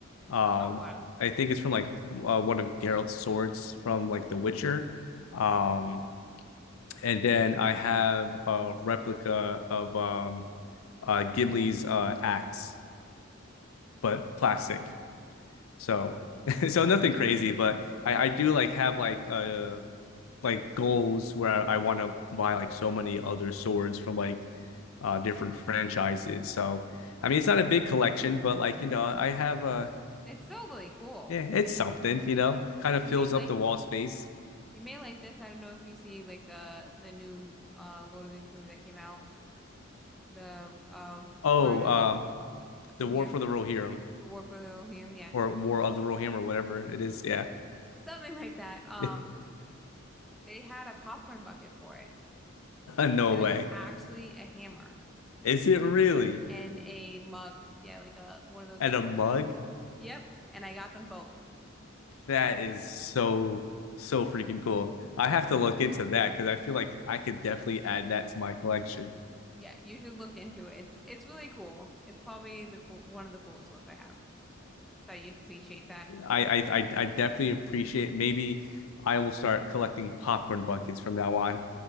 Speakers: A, on the left (about 85°); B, in the centre.
A: Um
B: Oh, wow.
A: I think it's from like uh, one of Geralt's swords from like The Witcher. Um and then I have a replica of um uh, Gimli's uh, axe, but plastic. So
B: Oh, okay.
A: <laughs> so nothing crazy, but I, I do like have like uh like goals where I, I want to buy like so many other swords from like uh different franchises. So I mean it's not a big collection, but like you know I have a
B: It's still really cool.
A: yeah it's something you know kind of
B: You
A: fills
B: may like,
A: up the wall space.
B: you may like this. I don't know if you see like uh the new uh Lord of the Rings movie that came out the uh
A: Oh
B: Riders
A: um
B: of
A: the
B: Rohirrim,
A: War for the Rohirrim
B: the War for the Rohirrim, yeah,
A: or War of the Rohirrim or whatever it is. Yeah,
B: something like that. Um,
A: <laughs>
B: they had a popcorn bucket for it
A: no
B: that
A: way.
B: it's actually a hammer
A: Is it really?
B: and a mug, yeah, like a one of those
A: And
B: like,
A: a mug?
B: yep. And I got them both.
A: That is so, so freaking cool. I have to look into that because I feel like I could definitely add that to my collection.
B: Yeah, you should look into it. It's it's really cool. It's probably the cool one of the coolest ones I have. Thought you'd appreciate that.
A: I, I, I, I definitely appreciate. Maybe I will start collecting popcorn buckets from now on.